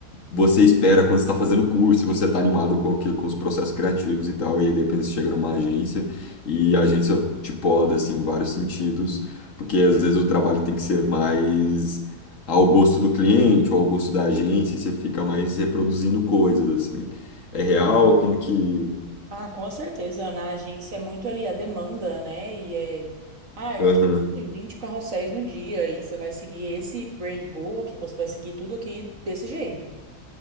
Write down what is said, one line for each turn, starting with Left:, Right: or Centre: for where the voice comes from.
Left: você espera quando você está fazendo curso, e você está animado com, aquele- com os processos criativos e tal, e aí de repente você chega numa agência e a agência te poda, assim, em vários sentidos, porque às vezes o trabalho tem que ser mais ao gosto do cliente ou ao gosto da agência, e você fica mais reproduzindo coisas, assim. É real? Como que.
Right: Ah, com certeza. Na agência é muito ali a demanda, né? E é. Ah, eu
Left: Aham.
Right: preciso de 20 carrosséis no dia e você vai seguir esse brand book, você vai seguir tudo aqui desse jeito.